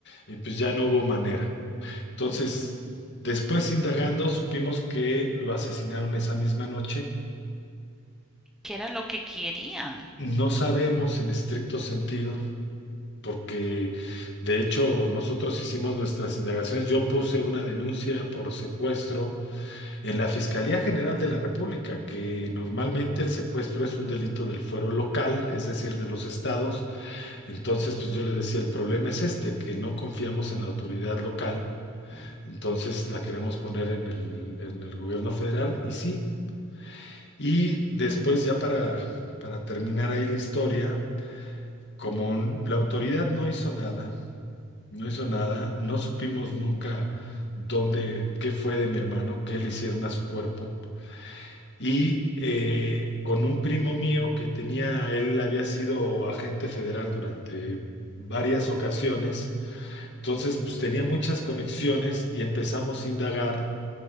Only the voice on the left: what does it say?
y pues ya no hubo manera. Entonces, después indagando, supimos que lo asesinaron esa misma noche.
No sabemos en estricto sentido, porque de hecho nosotros hicimos nuestras indagaciones. Yo puse una denuncia por secuestro En la Fiscalía General de la República, que normalmente el secuestro es un delito del fuero local, es decir, de los estados, entonces pues yo le decía, el problema es este, que no confiamos en la autoridad local,
entonces la queremos poner en el, en el gobierno federal y sí. Y después ya para, para terminar ahí la historia, como la autoridad no hizo nada, no hizo nada, no supimos nunca dónde, qué fue de mi hermano, qué le hicieron a su cuerpo. Y eh, con un primo mío que tenía, él había sido agente federal durante varias ocasiones, entonces pues tenía muchas conexiones y empezamos a indagar